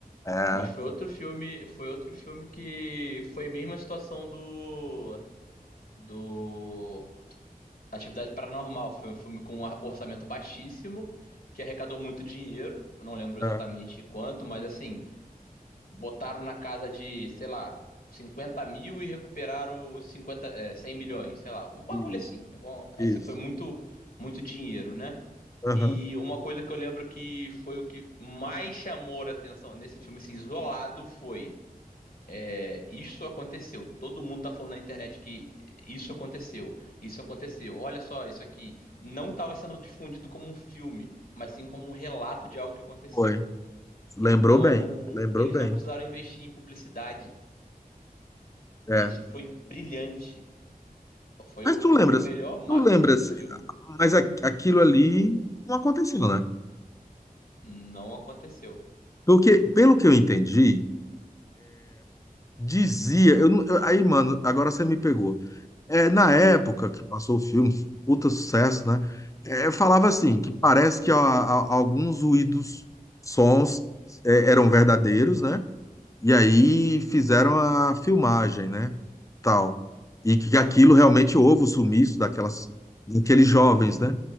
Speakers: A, on the left; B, on the left.
A: É,
B: Mas foi outro filme, foi outro filme que foi mesmo a situação do do Atividade Paranormal. Foi um filme com um ar- orçamento baixíssimo, que arrecadou muito dinheiro. Eu não lembro exatamente
A: é,
B: quanto, mas assim, botaram na casa de, sei lá, cinquenta mil e recuperaram cinquenta 50, é, 100 milhões, sei lá, um bagulho
A: isso,
B: assim. Algum-
A: isso.
B: assim, foi muito, muito dinheiro, né?
A: Aham,
B: E uma coisa que eu lembro que foi o que mais chamou a atenção nesse filme, assim, isolado, foi é, isso aconteceu. Todo mundo tá falando na internet que isso aconteceu, isso aconteceu. Olha só, isso aqui não estava sendo difundido como um filme, mas sim como um relato de algo que aconteceu.
A: Foi. Lembrou
B: Então,
A: bem, lembrou
B: eles
A: bem.
B: não precisaram investir em publicidade.
A: É.
B: E isso foi brilhante. Foi
A: Mas
B: o,
A: tu lembras,
B: foi o melhor marketing
A: tu lembras,
B: do filme.
A: mas a- aquilo ali não aconteceu, né?
B: Não aconteceu.
A: Porque, pelo que eu entendi, Dizia, eu não, eu- aí, mano, agora você me pegou. É, na época que passou o filme, puta sucesso, né? É, eu falava assim, que parece que a- a- alguns ruídos, sons é, eram verdadeiros, né? E aí fizeram a filmagem, né? Tal. E que aquilo realmente houve o sumiço daquelas, daqueles jovens, né?